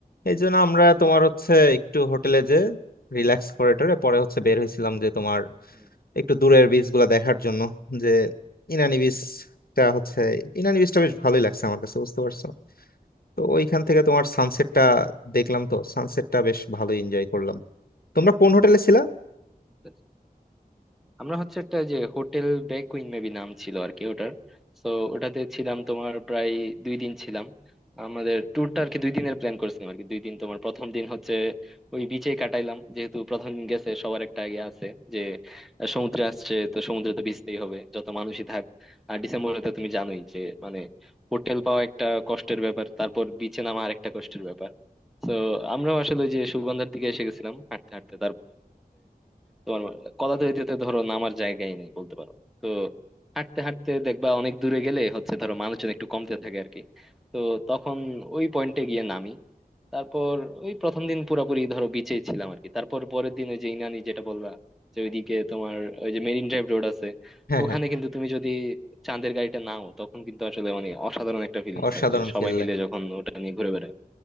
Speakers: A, on the left; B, in the centre.
A: এই জন্য আমরা তোমার হচ্ছে একটু হোটেলে যে রিল্যাক্স করে টরে পরে হচ্ছে বের হয়েছিলাম যে তোমার
B: হুম,
A: একটু দূরের বিচ গুলা দেখার জন্য যে ইনানি বিচটা হচ্ছে ইনানি বিচটা বেশ ভালোই লাগছে আমার কাছে বুঝতে পারছো তো ওইখান থেকে তোমার সানসেটটা দেখলাম তো সানসেটটা বেশ ভালো এনজয় করলাম তোমরা কোন হোটেলে ছিলা
B: হুম। আমরা হচ্ছে একটা যে হোটেল ডে কুইন মেবি নাম ছিল আর কি ওটার তো ওটাতে ছিলাম তোমার প্রায় দুই দিন ছিলাম আমাদের ট্যুরটা আর কি দুই দিনের প্ল্যান করছিলাম আর কি দুই দিন তোমার প্রথম দিন হচ্ছে ওই বিচে কাটাইলাম যেহেতু প্রথম দিন গেছে সবার একটা আগে আছে যে আহ, সমুদ্রে আসছে তো সমুদ্রে তো ভিজতেই হবে যত মানুষই থাক আর ডিসেম্বরে তো তুমি জানোই যে মানে হোটেল পাওয়া একটা কষ্টের ব্যাপার তারপর বিচে নামা আর একটা কষ্টের ব্যাপার তো আমরাও আসলে ওই যে সুগন্ধার দিকে এসে গেছিলাম হাঁটতে হাঁটতে তোমার কলা তলিতে ধরো নামার জায়গাই নেই বলতে পারো তো হাঁটতে হাঁটতে দেখবা অনেক দূরে গেলে হচ্ছে ধরো মানুষজন একটু কমতে থাকে আর কি তো তখন ওই পয়েন্টে গিয়ে নামি তারপর ওই প্রথম দিন পুরাপুরি ধরো বিচেই ছিলাম আর কি তারপর পরের দিন ওই যে ইনানি যেটা বললা যে ওইদিকে তোমার ওই যে মেরিন ড্রাইভ রোড আছে
A: হ্যাঁ
B: ওখানে
A: হ্যাঁ
B: কিন্তু তুমি যদি চাঁদের গাড়িটা নাও তখন কিন্তু আসলে মানে অসাধারণ একটা ফিলিংস
A: অসাধারণ
B: হয় যে সবাই
A: ফেল
B: মিলে যখন ওটা নিয়ে ঘুরে বেড়ায়